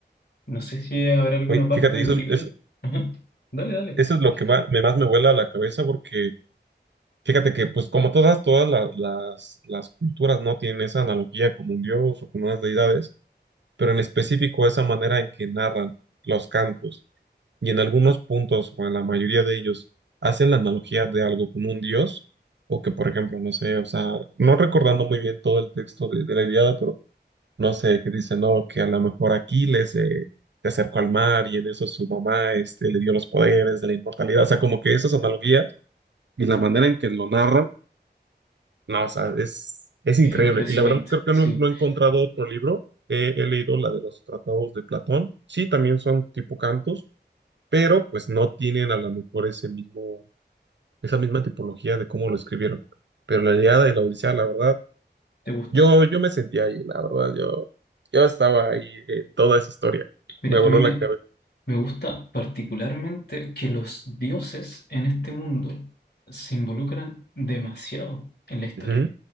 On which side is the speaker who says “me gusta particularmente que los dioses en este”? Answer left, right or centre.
Left